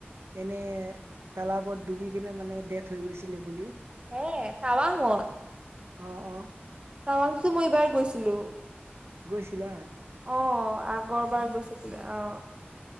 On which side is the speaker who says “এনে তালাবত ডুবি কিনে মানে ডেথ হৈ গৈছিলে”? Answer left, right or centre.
Right